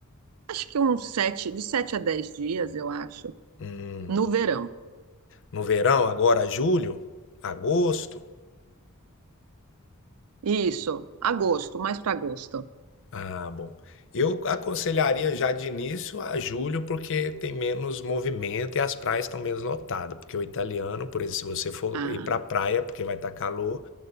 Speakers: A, on the right (about 80°); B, on the left (about 60°).
A: acho que uns sete, de sete a dez dias, eu acho,
B: Hum,
A: no verão.
B: no verão, agora julho, agosto?
A: Isso, agosto, mais para agosto.
B: Ah, bom. Eu aconselharia já de início a julho, porque tem menos movimento e as praias estão menos lotadas. Porque o italiano, por exemplo, se você for
A: Ah,
B: ir para praia, porque vai estar calor,